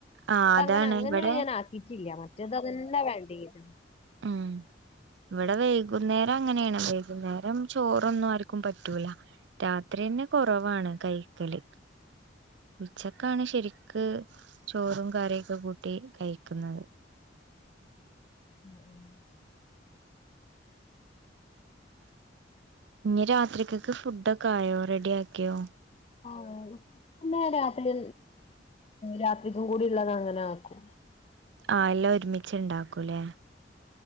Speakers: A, on the right (about 70°); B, on the left (about 35°).
A: ആഹ്
B: പ്പങ്ങനെ
A: അതാണ്
B: അങ്ങനെ
A: ഇവിടെ
B: ഞാൻആക്കി ഇച്ചില്ല മറ്റേത് ത്തന്നേ വേണ്ടിരും
A: ഉം ഇവിടെ വൈകുന്നേരം അങ്ങനെണ് വൈകുന്നേരം. ചോറൊന്നും ആർക്കും പറ്റൂല. രാത്രിയന്നെ കുറവാണ് കൈക്കല്.
B: <unintelligible>
A: ഉച്ചക്കാണ് ശരിക്ക് ചോറും കറിയൊക്കെ കൂട്ടി കയിക്ക്ന്നത്.
B: <unintelligible>
A: ഞി രാത്രിക്കക്ക് ഫുഡ്‌ ഒക്കെ ആയോ റെഡി ആക്കിയോ?
B: <inaudible> ന്ന രാത്രി രാത്രിക്കും കൂടി ള്ളത് അങ്ങനെ ആക്കും.
A: ആ ല്ലാം ഒരുമിച്ച്ണ്ടാക്കൂലേ?